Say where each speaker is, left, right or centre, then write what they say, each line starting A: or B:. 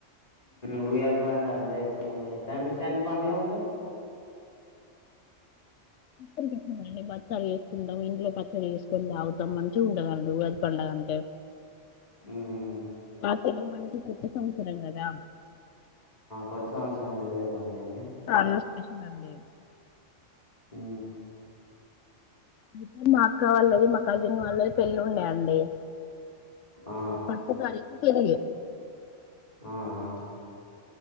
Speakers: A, on the left; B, on the left.
A: ఊ పండగ అండి వేసుకున్నాండి కనిపిస్తాండి పండుగ మీకు
B: భక్షాలు భక్షాలు చేసుకున్నాం ఇంట్లో పచ్చళ్ళు చేసుకొని తాగుతాం మంచిగా ఉంటండి ఉగాది పండగ అంటే
A: ఉమ్
B: ఉగాది అంటే కొత్త సంవత్సరం కదా
A: కొత్త సంవత్సరం ఉగాది పండుగ అంటే
B: చాలా స్పెషల్ అండి
A: ఉ
B: అయితే మా అక్క వాళ్ళది మా కల్జన్ వాళ్ళది పెళ్ళి ఉండేయండి
A: ఆ
B: ఫస్ట్ తారీకు పెళ్లి
A: ఆ ఆ